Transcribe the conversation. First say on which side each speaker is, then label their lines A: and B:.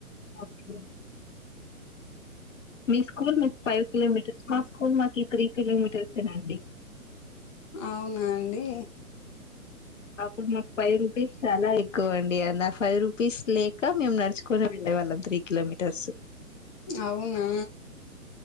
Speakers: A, on the left; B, on the left.
A: మ్ మీ స్కూల్ మీకు ఫైవ్ కిలోమీటర్స్. మా స్కూల్ మాకి త్రీ కిలోమీటర్సెనండి.
B: అవునా అండి.
A: అప్పుడు మాకు ఫైవ్ రూపీస్ చాలా ఎక్కువ అండి. అ ఆ ఫైవ్ రూపీస్ లేక మేము నడుచుకొని వెళ్ళే వాళ్ళం త్రి కిలోమీటర్స్.
B: అవునా.